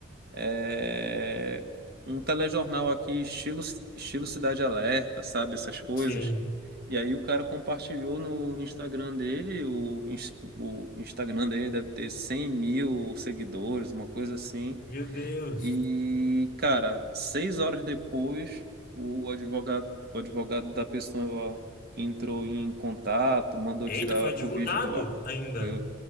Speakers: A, on the right; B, on the left.
A: é, um telejornal aqui, estilo, estilo Cidade Alerta, sabe? Essas coisas.
B: sim.
A: E aí o cara compartilhou no Instagram dele, o, ins- o Instagram dele deve ter 100 mil seguidores, uma coisa assim.
B: Meu Deus.
A: E, cara, seis horas depois, o advogado, o advogado da pessoa entrou em contato, mandou
B: Eita,
A: tirar
B: foi advogado
A: o vídeo do ar.
B: ainda.
A: Foi, o-